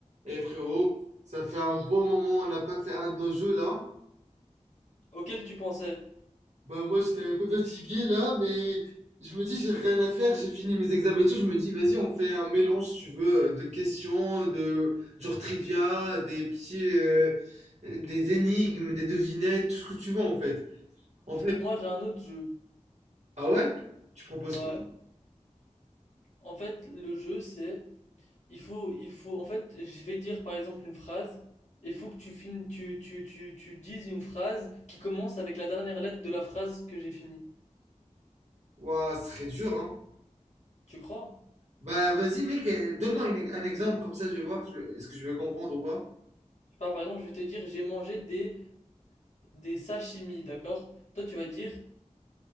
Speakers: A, on the right; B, on the left.
A: Eh frérot, ça fait un bon moment, on n'a pas fait un de nos jeux là.
B: Auquel tu pensais?
A: Bah moi j'étais un peu fatigué là, mais je me dis j'ai rien à faire, j'ai fini mes examens et tout, je me dis vas-y on fait un mélange si tu veux euh, de questions, de genre trivia, des petits, euh, euh, des énigmes, des devinettes, tout ce que tu veux en fait. En fait,
B: Moi, j'ai un Mhm. autre jeu.
A: ah ouais? Tu proposes
B: Ouais.
A: quoi?
B: En fait, le jeu, c'est il faut il faut en fait, je vais dire par exemple une phrase il faut que tu finis tu tu tu tu dises une phrase qui commence avec la dernière lettre de la phrase que j'ai finie.
A: Ouah, ce serait dur hein.
B: Tu crois?
A: Bah vas-y mec, euh, donne-moi une- un exemple comme ça je vais voir que je- est-ce que je vais comprendre ou pas.
B: Je sais pas, par exemple, je vais te dire j'ai mangé des des sashimi, d'accord? Toi, tu vas dire